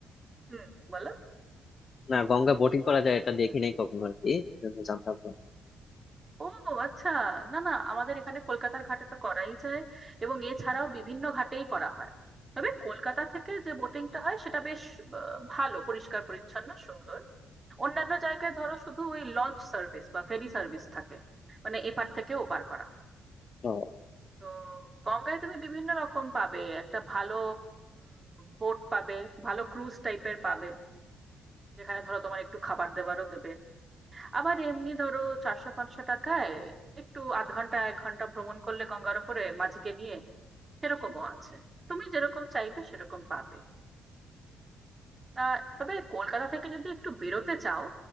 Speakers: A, on the right; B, on the left.
A: হুম বলো
B: না গঙ্গা বোটিং করা যায় এটা দেখি নাই কখনো আর কি এজন্য জানতাম না
A: ও আচ্ছা না না আমাদের এখানে কলকাতার ঘাটে তো করাই যায় এবং এছাড়াও বিভিন্ন ঘাটেই করা হয় তবে কলকাতা থেকে যে বোটিংটা হয় সেটা বেশ আহ, ভালো পরিষ্কার পরিচ্ছন্ন সুন্দর অন্যান্য জায়গায় ধরো শুধু ওই লঞ্চ সার্ভিস বা ফেরি সার্ভিস থাকে মানে এপার থেকে ওপার করা
B: তো
A: তো গঙ্গায় তুমি বিভিন্ন রকম পাবে একটা ভালো বোট পাবে ভালো ক্রুজ টাইপের পাবে যেখানে ধরো তোমার একটু খাবার দাবারও দেবে আবার এমনি ধরো চারশো পাঁচশো টাকায় একটু আধ ঘন্টা এক ঘন্টা ভ্রমণ করলে গঙ্গার ওপরে মাঝিকে নিয়ে সেরকমও আছে তুমি যেরকম চাইবে সেরকম পাবে তা তবে কলকাতা থেকে যদি একটু বেরোতে চাও